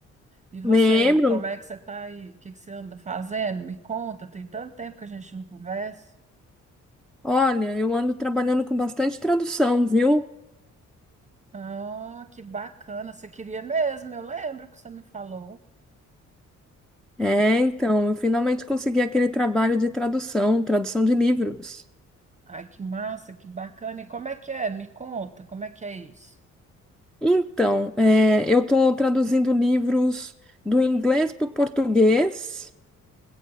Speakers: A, on the right; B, in the centre.
A: E você,
B: Lembro.
A: como é que você está aí? O que que você anda fazendo? Me conta, tem tanto tempo que a gente não conversa.
B: Olha, eu ando trabalhando com bastante tradução, viu?
A: Ah, que bacana, você queria mesmo, eu lembro que você me falou.
B: É,
A: E-
B: então, eu finalmente consegui aquele trabalho de tradução, tradução de livros.
A: Ai, que massa, que bacana. E como é que é? Me conta, como é que é isso?
B: Então, é, eu estou traduzindo livros do inglês para o português